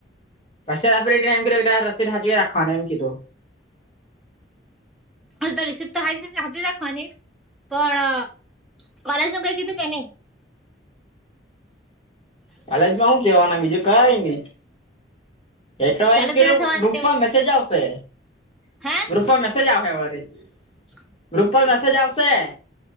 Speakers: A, on the left; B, in the centre.
A: રસી આપે એ એમ તો એ રસી હાચવી રાખવાનું એમ કીધું.
B: હ તો રિસિપ્ટ તો હાચવી રાખવાની પણ કોલેજમાં કાંઈ કીધું કે નહીં?
A: કોલેજમાં હું કહેવાના બીજું? કઈ નહી એ તો
B: ચાલુ
A: એમ કીધું
B: ક્યારે થવાની
A: ગ્રુપમાં
B: તેવું
A: મેસેજ આવશે.
B: હે
A: ગ્રુપમાં મેસેજ આવહે વરી.
B: <inaudible>
A: ગ્રુપમાં મેસેજ આવશે.